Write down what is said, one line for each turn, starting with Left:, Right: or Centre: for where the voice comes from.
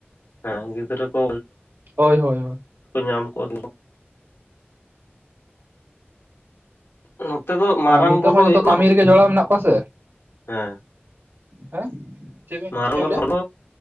Left: ᱦᱮᱸ ᱜᱤᱫᱽᱨᱟᱹ ᱠᱚ
Right: ᱦᱳᱭ ᱦᱳᱭ ᱦᱳᱭ
Left: ᱧᱟᱢ ᱠᱚᱣᱟ ᱱᱚᱛᱮ ᱫᱚ ᱢᱟᱨᱟᱝ
Right: ᱟᱨ ᱱᱤᱛᱚᱜ
Left: ᱵᱚᱞ
Right: ᱢᱟ
Left: ᱦᱚᱸ
Right: ᱡᱚᱛᱚ
Left: ᱦᱩᱭᱩᱜ
Right: ᱠᱟᱹᱢᱤ
Left: ᱠᱟᱱᱟ
Right: ᱨᱮᱜᱮ ᱡᱚᱲᱟᱣ ᱢᱮᱱᱟᱜ ᱠᱚᱣᱟ ᱥᱮ
Left: ᱦᱮᱸ
Right: ᱦᱮᱸ ᱪᱮᱫ ᱵᱤᱱ
Left: ᱢᱟᱨᱟᱝ
Right: ᱪᱮᱫ ᱵᱤᱱ ᱞᱟᱹᱭᱟ?
Left: ᱵᱚᱞ